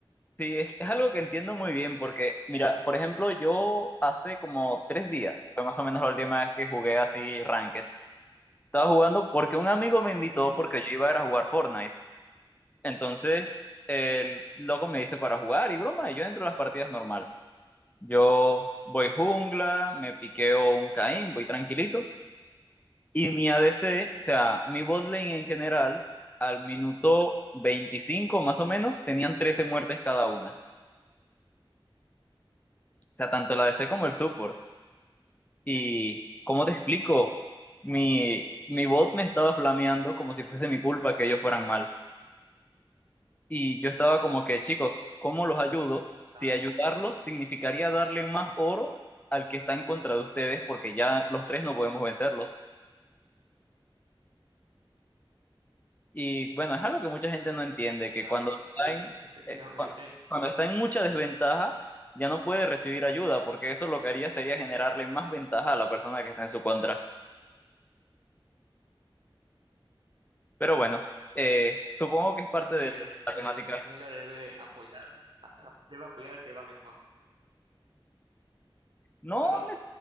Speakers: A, on the left; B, on the right.
A: Sí, es, es algo que entiendo muy bien porque, mira, por ejemplo, yo hace como tres días, fue más o menos la última vez que jugué así Rankeds. Estaba jugando porque un amigo me invitó
B: Ujú.
A: porque yo iba a ir a jugar Fortnite. Entonces, el loco me dice para jugar y broma, y yo entro a las partidas normal. Yo voy jungla, me piqueo un Caín, voy tranquilito. Y mi ADC, o sea, mi bot lane en general, al minuto 25 más o menos, tenían 13 muertes cada una. O sea, tanto el ADC como el support. Y, ¿cómo te explico? Mi, mi bot me estaba flameando como si fuese mi culpa que ellos fueran mal. Y yo estaba como que, chicos, ¿cómo los ayudo? Si
B: Claro,
A: ayudarlos significaría darle más oro al que está en contra de ustedes, porque ya los tres no podemos vencerlos. Y bueno, es algo que mucha gente no entiende,
B: Claro,
A: que cuando está
B: sí,
A: en,
B: efectivamente.
A: eh, cuando, cuando está en mucha desventaja, ya no puede recibir ayuda, porque eso lo que haría sería generarle más ventaja a la persona que está en su contra. Pero bueno, eh, supongo que es parte
B: Así
A: de
B: es,
A: la
B: el,
A: temática.
B: el jungla debe apoyar, a- a- debe apoyar al que va mejor.
A: No,
B: ¿Perdón?
A: ne-